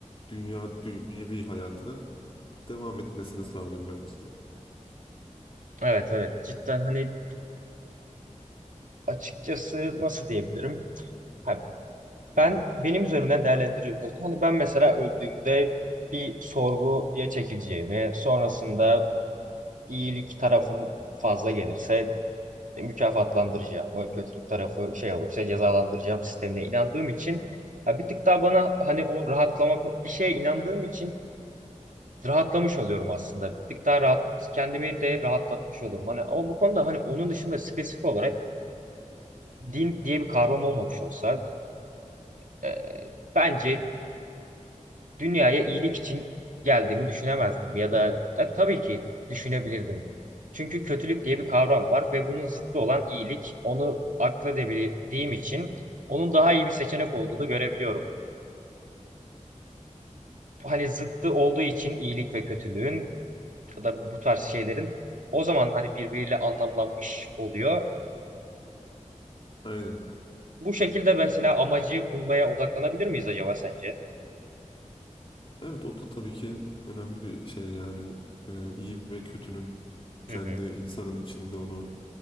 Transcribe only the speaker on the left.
dünya dünyevi hayatına devam etmesini sağlıyor bence.
Aynen.
Evet o da tabii ki önemli bir şey yani Ee, iyi ve kötünün
kendi
insanın içinde onu